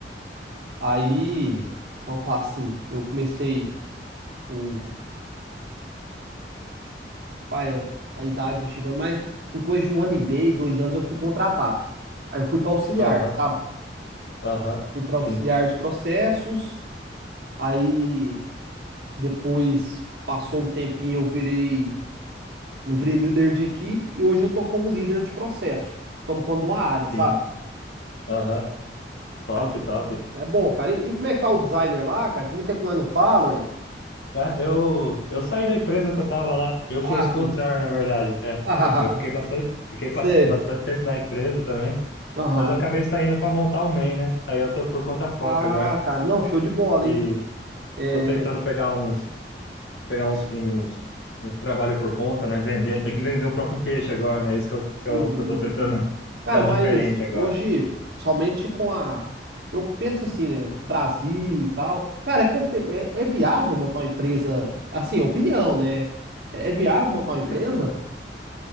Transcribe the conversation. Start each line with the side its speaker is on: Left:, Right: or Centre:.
Right: aí, vamos falar assim, eu comecei O, pai, a idade vai chegando, mas com coisa de um ano e meio, dois anos, eu fui contratado. Aí eu fui para auxiliar,
Left: Aham,
Right: sabe?
Left: aham,
Right: Fui para
Left: sim,
Right: auxiliar de processos. Aí depois passou um tempinho, eu virei, eu virei líder de equipe e hoje eu tô como líder de processo. Tomo conta de uma área, sabe?
Left: sim, aham. Top,
Right: Mas
Left: top.
Right: é bom, cara. E, e como é que tá o designer lá, cara? Tem muito tempo que nós não falamos, é?
Left: É, eu, eu saí da empresa que eu tava lá. Eu
Right: Ah,
Left: fui os
Right: sim.
Left: contrários, na verdade.
Right: <laughs>
Left: É,
Right: Ah,
Left: eu, eu fiquei bastante, fiquei
Right: sei.
Left: bas- bastante tempo na empresa também,
Right: Aham.
Left: mas eu acabei saindo para montar o MEI, né? Aí eu tô por conta própria
Right: Ah,
Left: agora
Right: cara, não, show de bola,
Left: e
Right: hein? É,
Left: tô tentando pegar uns pegar uns, uns, uns trabalho por conta, né? Vender, tem que vender o próprio peixe agora, né? Isso que eu, que
Right: Uhum.
Left: eu, que eu tô tentando, <laughs>
Right: Cara,
Left: que é o
Right: mas
Left: diferente agora.
Right: hoje, somente com a. Eu penso assim, né? Brasil e tal. Cara, é, compe- é- é viável montar uma empresa. Assim, opinião, né? É, é viável montar uma empresa?
Left: Sim.